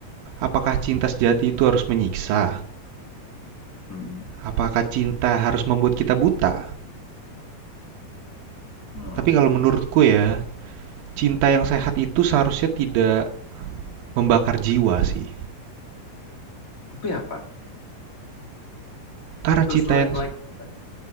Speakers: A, on the right; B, on the left.
A: Apakah cinta sejati itu harus menyiksa?
B: Mm-mm.
A: Apakah cinta harus membuat kita buta?
B: Hmm.
A: Tapi kalau menurutku ya, cinta yang sehat itu seharusnya tidak membakar jiwa sih.
B: Tapi apa?
A: Karena
B: Terus
A: cinta
B: like,
A: yang
B: like, like,